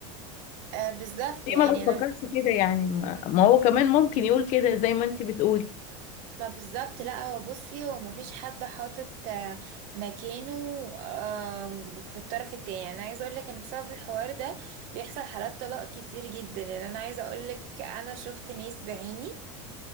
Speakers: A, on the right; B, on the left.
A: آه بالظبط
B: ليه
A: يعني
B: ما بتفكرش
A: انا
B: كده يعني ما ما هو كمان ممكن يقول كده زي ما انت بتقولي
A: ما بالظبط لا هو بصي هو ما فيش حد حاطط آه، مكانه آم، في الطرف التاني يعني انا عايزه اقول لك ان بسبب الحوار ده بيحصل حالات طلاق كتير جدا يعني انا عايزه اقول لك انا شفت ناس بعيني